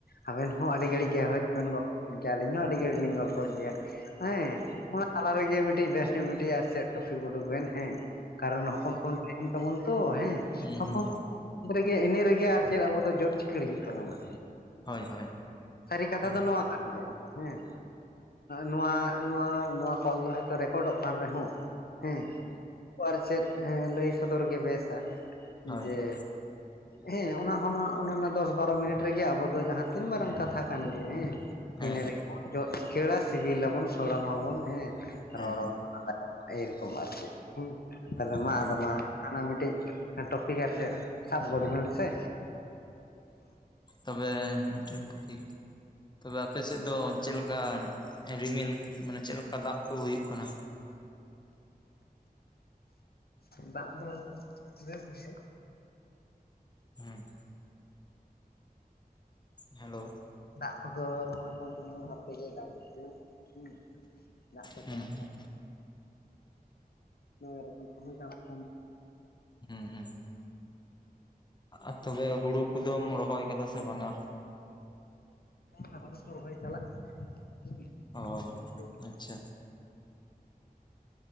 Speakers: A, on the left; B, on the left.
A: ᱟᱵᱮᱱ ᱦᱚᱸ ᱟᱹᱰᱤ ᱜᱷᱟᱹᱲᱤᱡᱽ ᱜᱮ ᱦᱳᱭᱛᱵᱮᱱ ᱜᱚᱞᱯᱚ ᱜᱮᱭᱟ ᱟᱹᱞᱤᱧ ᱦᱚᱸ ᱟᱹᱰᱤ ᱜᱷᱟᱹᱲᱤᱡᱽ ᱞᱤᱧ ᱜᱚᱞᱯᱚ ᱜᱮᱭᱟ ᱦᱮᱸ ᱚᱱᱟ ᱛᱟᱞᱟ ᱨᱮᱜᱮ ᱢᱤᱫᱴᱤᱡᱽ ᱵᱮᱥ ᱧᱚᱜ ᱢᱤᱫᱴᱤᱡᱽ ᱟᱨ ᱪᱮᱫ ᱴᱚᱯᱷᱤ ᱩᱰᱩᱠ ᱵᱮᱱ ᱦᱮᱸ ᱠᱟᱨᱚᱱ ᱦᱚᱯᱚᱱ <unintelligible> ᱛᱟᱦᱮᱱ ᱛᱟᱵᱚᱱ ᱛᱚ ᱦᱮᱸ
B: ᱦᱩᱸ
A: ᱦᱚᱯᱚᱱ
B: ᱦᱩᱸ
A: ᱨᱮᱜᱮ ᱤᱱᱟᱹ ᱨᱮᱜᱮ ᱟᱨ ᱪᱮᱫ ᱟᱵᱚ ᱫᱚ ᱡᱚᱫ ᱪᱤᱠᱟᱹᱲ ᱦᱩᱭᱩᱜ ᱛᱟᱵᱚᱱᱟ
B: ᱦᱳᱭ ᱦᱳᱭ
A: ᱥᱟᱹᱨᱤ ᱠᱟᱛᱷᱟ
B: ᱦᱮᱸ
A: ᱫᱚ ᱱᱚᱣᱟ ᱠᱟᱱ ᱜᱮᱭᱟ ᱦᱮᱸ ᱱᱚᱣᱟ ᱱᱚᱣᱟ ᱠᱚᱞ ᱫᱚ ᱦᱚᱭᱛᱳ ᱨᱮᱠᱚᱨᱰᱚᱜ ᱠᱟᱱ ᱨᱮᱦᱚᱸ ᱦᱮᱸ ᱟᱨ ᱪᱮᱫ ᱞᱟᱹᱭ ᱥᱚᱫᱚᱨ ᱜᱮ ᱵᱮᱥᱟ
B: ᱦᱳᱭ
A: ᱡᱮ
B: ᱦᱮᱸ
A: ᱦᱮᱸ ᱚᱱᱟ ᱦᱚᱸ ᱚᱱᱟ ᱫᱚᱥ ᱵᱟᱨᱚ ᱢᱤᱱᱤᱴ ᱨᱮᱜᱮ ᱟᱵᱚ ᱫᱚ ᱡᱟᱦᱟᱸ ᱛᱤᱱ ᱢᱟᱨᱟᱝ ᱠᱟᱛᱷᱟ ᱠᱟᱱ ᱜᱮᱭᱟ ᱦᱮᱸ
B: ᱦᱮᱸ
A: ᱤᱱᱟᱹ ᱨᱮᱜᱮᱵᱚᱱ ᱡᱚᱜ ᱪᱤᱠᱟᱹᱲᱟ ᱥᱤᱵᱤᱞᱟᱵᱚᱱ ᱥᱚᱲᱚᱢᱟᱵᱚᱱ ᱦᱮᱸ ᱨᱚᱲᱟᱵᱚᱱ
B: ᱦᱮᱸ
A: ᱮᱭ ᱨᱚᱠᱚᱢ ᱟᱨᱠᱤ ᱦᱮ ᱛᱟᱦᱚᱞᱮ
B: ᱦᱮᱸ
A: ᱢᱟ ᱟᱫᱚ ᱢᱟ ᱟᱫᱚ ᱢᱤᱫᱴᱤᱡ ᱴᱚᱯᱤᱠ ᱟᱨ ᱪᱮᱫ ᱥᱟᱵ ᱜᱚᱫ ᱵᱮᱱ ᱥᱮ
B: ᱛᱚᱵᱮ ᱢᱤᱫᱴᱮᱱ ᱴᱚᱯᱤᱠ ᱛᱚᱵᱮ ᱟᱯᱮᱥᱮᱫ ᱫᱚ ᱪᱮᱫ ᱞᱮᱠᱟ ᱨᱤᱢᱤᱞ ᱢᱟᱱᱮ ᱪᱮᱫ ᱞᱮᱠᱟ ᱫᱟᱜᱽ ᱠᱚ ᱦᱩᱭᱩᱜ ᱠᱟᱱᱟ
A: ᱫᱟᱜ ᱫᱚ ᱵᱮᱥ ᱜᱮ
B: ᱦᱮᱸ ᱦᱮᱞᱳ
A: ᱫᱟᱜᱽ ᱠᱚᱫᱚ ᱠᱚᱱᱴᱤᱱᱤᱭᱩ ᱵᱷᱟᱵ ᱛᱮᱜᱮ ᱫᱟᱜᱽ ᱦᱩᱸ ᱫᱟᱜᱽ ᱠᱚ
B: ᱦᱮᱸ
A: ᱪᱟᱞᱟᱜ ᱠᱟᱱ ᱟᱨ ᱠᱚᱦᱚᱸ ᱪᱟᱞᱟᱜ ᱠᱟᱱᱟ
B: ᱦᱮᱸ ᱦᱮᱸ ᱟᱨ ᱛᱚᱵᱮ ᱦᱩᱲᱩ ᱠᱚᱫᱚᱢ ᱨᱚᱦᱚᱭ ᱠᱟᱫᱟ ᱥᱮ ᱵᱟᱝᱼᱟ᱾
A: ᱦᱮᱸ ᱦᱳᱲᱩ ᱠᱚ ᱨᱚᱦᱚᱭ ᱪᱟᱞᱟᱜ ᱠᱟᱱᱟ ᱦᱩᱸ
B: ᱚ
A: ᱠᱚ
B: ᱟᱪᱪᱷᱟ